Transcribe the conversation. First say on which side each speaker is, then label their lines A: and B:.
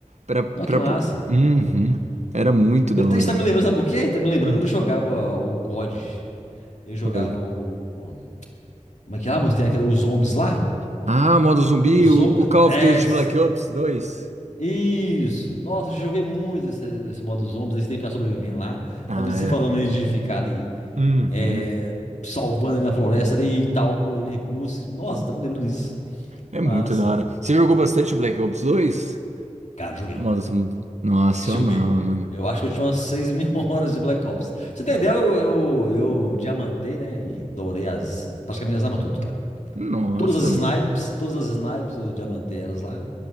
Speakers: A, on the right (about 65°); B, on the left (about 70°).
A: Pra, pra...
B: Nó, que massa.
A: po- Uhum. Era muito da
B: Eu te-
A: hora,
B: Isso tá
A: mano.
B: me lembrando, sabe por quê? Tá me lembrando
A: Ah,
B: quando eu jogava o COD. Eu jogava
A: pode.
B: o. o- Como é que é lá, moço? Tem aquela, os zombies lá?
A: Ah, modo zumbi,
B: E nos
A: o,
B: zombies.
A: o Call
B: É.
A: of Duty
B: s-
A: Black Ops dois.
B: Isso. Nossa, eu joguei muito esse, esse modo zombies. Aí você tem que ficar sobrevivendo lá.
A: Ah,
B: Tá você
A: é.
B: falando aí de ficar ali.
A: Uhum.
B: é, salvando ali na floresta ali e tal, colhendo recursos. Nossa, tá me lembrando disso.
A: É
B: Que
A: muito
B: massa.
A: da hora. Você jogou bastante Black Ops 2?
B: Cara, joguei.
A: Modo zumbi. Nossa,
B: Joguei.
A: eu amava, mano.
B: Eu acho que eu tinha umas seis mil <laughs> horas de Black Ops. Pra você entendeu?
A: Hum.
B: Eu, eu, eu diamantei, né? E dourei as. Praticamente as armas tudo, cara.
A: Nossa,
B: Todas as snipes,
A: mano.
B: todas as snipes, eu diamantei elas lá.